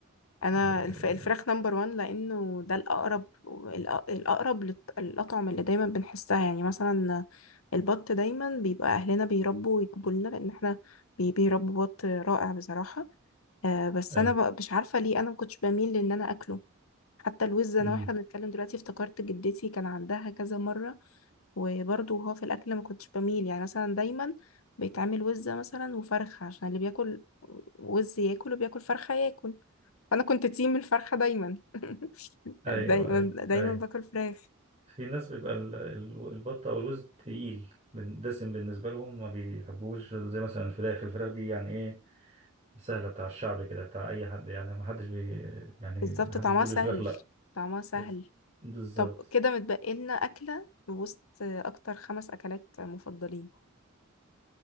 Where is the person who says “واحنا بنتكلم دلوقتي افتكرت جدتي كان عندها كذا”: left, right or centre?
Left